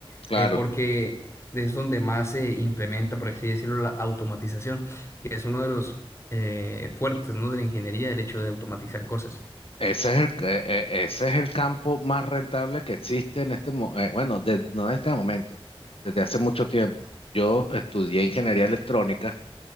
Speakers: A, on the left; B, on the left.
A: Claro.
B: eh, porque es donde más se implementa, por así decirlo, la automatización que es uno de los eh, fuertes, ¿no? De la ingeniería, el hecho de automatizar cosas.
A: Ese es el, eh, eh, ese es el campo más rentable que existe en este momento, bueno, de- no en este momento, desde hace mucho tiempo. Yo estudié ingeniería electrónica